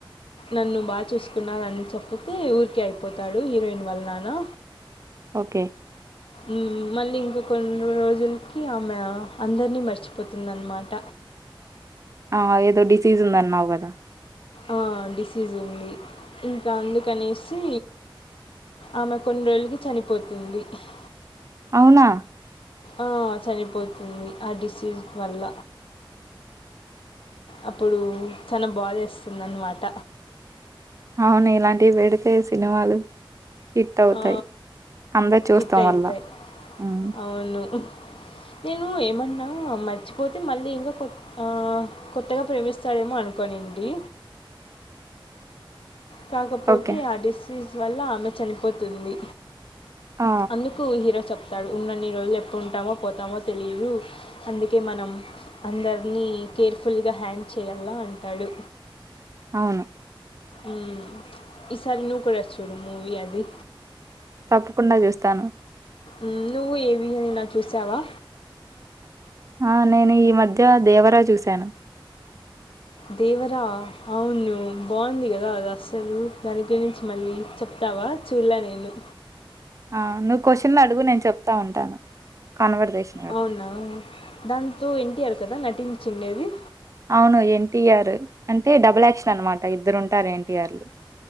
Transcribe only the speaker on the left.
నన్ను బా చూసుకున్నారని చెప్పితే ఊరికే అయిపోతాడు హీరోయిన్ వల నానా
ఊమ్ మళ్ళీ ఇంకా కొన్ని రోజుల్కి ఆమె అందరినీ మర్చిపోతుందనమాట
ఆ డిసీస్ ఉంది ఇంకా అందుకనేసి ఆమె కొన్ని రోజులకి చనిపోతుంది హ్హ్
ఆ చనిపోతుంది ఆ డిసీజ్ వల్ల అప్పుడు చన బాదేస్తుంది అన్నమాట
ఆ
ఇట్
ఐతయి
అవును నేను ఏమన్నా మర్చిపోతే మళ్ళీ ఇంగ కొ ఆ కొ త్తగా ప్రేమిస్తాడమో అను కొనిండి కాకపోతే
ఆ డిసీజ్ వల్ల ఆమె చనిపోతుంది
అందుకు హీరో చెప్ తాడు ఉన్నన్ని రోజులు ఎప్పుడు ఉంటామో పోతామో తెలీదు అందుకే మనం అందరినీ కేర్ఫుల్గా హ్యాండ్ చేయాల అంటాడు.
ఊమ్ ఈసారి నువ్వు కూడా చూడు మూవీ అది
ఉమ్ నువ్వు ఏవియో ఐన చూసావా
దేవరా అవును బాగుంది గదా అది అస్సలు దాని గురించి మళ్ళీ చెప్తావా చూలే నేను
అవునా దాంతో ఎన్టీఆర్ కదా నటించిండేవి